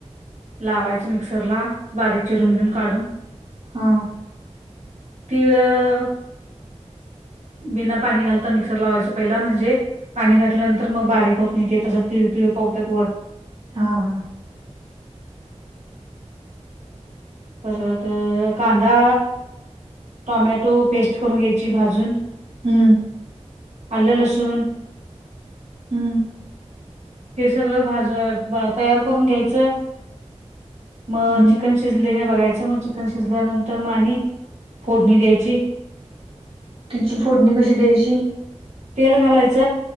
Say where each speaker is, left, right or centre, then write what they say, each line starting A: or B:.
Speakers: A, on the right; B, on the right.
A: लावायच मिक्सर ला, बारीक चिरून घेऊन काढून.
B: हा.
A: तिळं.
B: <inaudible>
A: बिना पाणी घालता मिक्सर लावायचं, पहिला म्हणजे पाणी घातल्यानंतर मग बारीक होत नाही, ते तसं तीळ तिळ. <unintelligible>
B: हा हा.
A: परत कांदा. टोमॅटो पेस्ट करून घ्यायची भाजून.
B: हम्म.
A: आलू लसून.
B: हम्म
A: हे सगळं भाज तयार करून घ्यायचं. मग
B: आणि
A: चिकन शिजले का. बघायच मग चिकन शिजल्यानंतर, मग आणि फोडणी द्यायची.
B: तिची फोडणी कशी द्यायची.
A: तेलं घालायच.